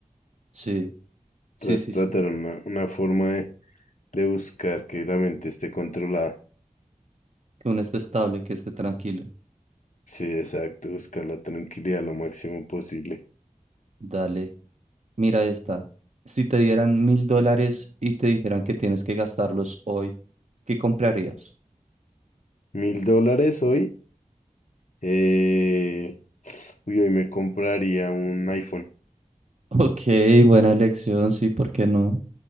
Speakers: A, on the right; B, on the left.
A: sí, sí,
B: Tras
A: sí,
B: tratar
A: sí.
B: una, una forma de, de buscar que la mente esté controlada.
A: Que uno esté estable, que esté tranquilo.
B: Sí, exacto, buscar la tranquilidad lo máximo posible.
A: Dale, mira esta. Si te dieran mil dólares y te dijeran que tienes que gastarlos hoy, ¿qué comprarías? <laughs>
B: Mil dólares hoy Eh, uy, hoy me compraría un iPhone.
A: Ok, buena elección, sí, ¿por qué no?